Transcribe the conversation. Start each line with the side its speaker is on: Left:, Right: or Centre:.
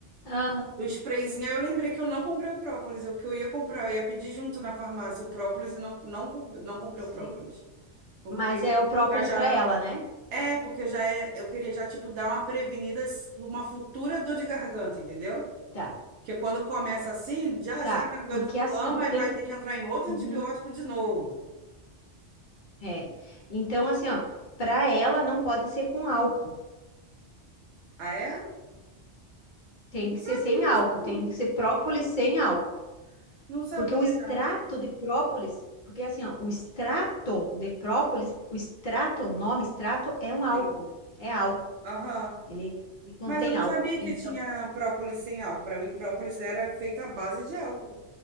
Left: Aham,
Right: do sprayzinho, aí eu lembrei que eu não comprei o própolis, o que eu ia comprar, eu ia pedir junto na farmácia o própolis e não, não, com- não comprei
Left: sim.
Right: o própolis. Porque
Left: Mas é o própolis
Right: já, já
Left: para ela, né?
Right: é, porque já é, eu queria já, tipo, dar uma prevenida, s- uma futura dor de garganta, entendeu?
Left: Tá,
Right: Porque quando começa assim, já
Left: tá.
Right: já a garganta
Left: Porque
Right: inflama
Left: assim, tu tem
Right: e vai
Left: que.
Right: ter que entrar em outro
Left: Uhum.
Right: antibiótico de novo.
Left: É. Então, assim, ó, para ela não pode ser com álcool.
Right: Ah, é?
Left: Tem
Right: Não
Left: que
Right: sabia
Left: ser sem
Right: disso,
Left: álcool.
Right: não.
Left: Tem que ser própolis sem álcool.
Right: Não sabia,
Left: Porque o extrato
Right: não.
Left: de própolis, porque assim, ó, o extrato de própolis, o extrato, o nome extrato é um álcool,
Right: Sim.
Left: é álcool.
Right: Aham.
Left: Ele, ele contém
Right: Mas eu não
Left: álcool.
Right: sabia
Left: Então,
Right: que tinha própolis sem álcool. Para mim, própolis era feita à base de álcool.